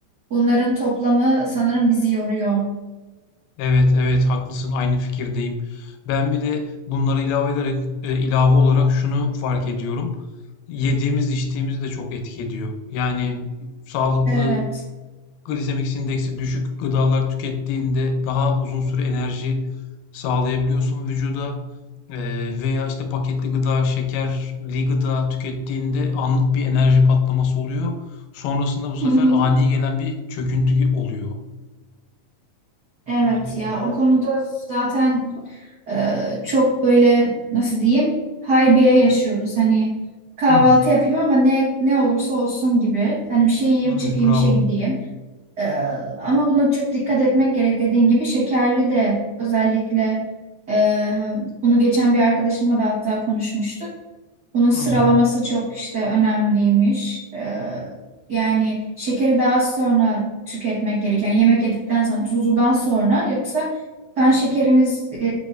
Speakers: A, on the right; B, on the left.
A: Bunların toplamı sanırım bizi yoruyor.
B: Evet, evet haklısın aynı fikirdeyim. Ben bir de bunlara ilave ederek e, ilave olarak şunu fark ediyorum. Yediğimiz içtiğimiz de çok etki ediyor. Yani sağlıklı
A: Evet.
B: glisemik indeksi düşük gıdalar tükettiğinde daha uzun süre enerji sağlayabiliyorsun vücuda. E, veya işte paketli gıda, şekerli gıda tükettiğinde anlık bir enerji patlaması oluyor. Sonrasında bu sefer
A: Hı hı.
B: ani gelen bir çöküntü oluyor.
A: Evet
B: Yani
A: ya o konuda zaten Ee, çok böyle nasıl diyeyim haybeye yaşıyoruz. Hani kahvaltı
B: Biraz.
A: yapayım ama ne ne olursa olsun gibi. Hani bir şey yiyeyim çıkayım
B: evet bravo.
A: işe gideyim. Ee, ama buna çok dikkat etmek gerek dediğin gibi şekerli de özellikle e, bunu geçen bir arkadaşımla da hatta konuşmuştuk. Bunun sıralaması
B: Hmm,
A: çok işte önemliymiş. Ee, yani şekeri daha sonra tüketmek gereken, yemek yedikten sonra, tuzludan sonra yoksa kan şekerimiz e,